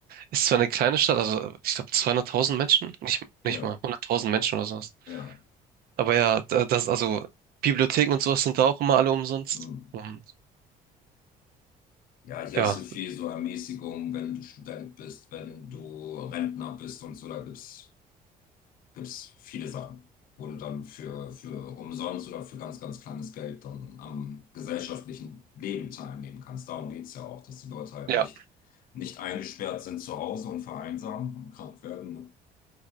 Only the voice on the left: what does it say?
Ja,
ja.
Mhm.
Ja, hier
hast du viel so Ermäßigung, wenn du Student bist, wenn du Rentner bist und so, da gibt's gibt es viele Sachen, wo du dann für, für umsonst oder für ganz, ganz kleines Geld dann am gesellschaftlichen Leben teilnehmen kannst. Darum geht's ja auch, dass die Leute halt
nicht, nicht eingesperrt sind zu Hause und vereinsamen und krank werden, ne?